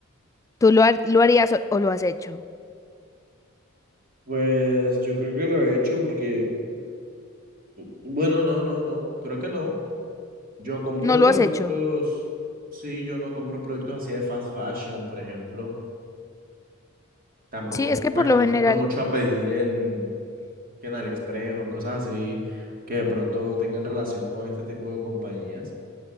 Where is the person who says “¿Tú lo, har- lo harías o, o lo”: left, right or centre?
Left